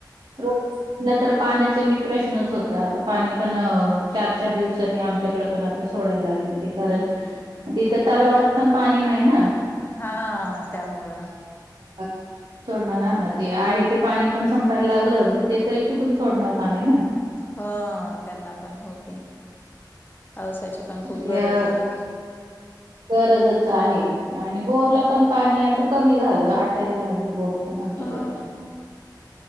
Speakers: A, on the right; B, on the left.
A: रोजलं तर पाण्याचे बी प्रश्नच होत आता पाणी पण अ. चार चार दिवसांनी आमच्याकडे पण आता सोडायला लागली ते कारण तिथं तलावात. पण पाणी नाही ना.
B: हा त्यामुळं.
A: ''हां'' सोडणार आहे ना ते आहे ते पाणी पण संपायला लागलं मग ते तरी कुठून सोडणार पाणी ना.
B: ह त्यांना पण होके पावसाची पण खूप
A: त्या
B: गरज आहे.
A: गरजच आहे आणि बोरला पण पाणी आता कमी झालं आटायला लागली बोर. पण आमच्याकडं
B: हा
A: तर.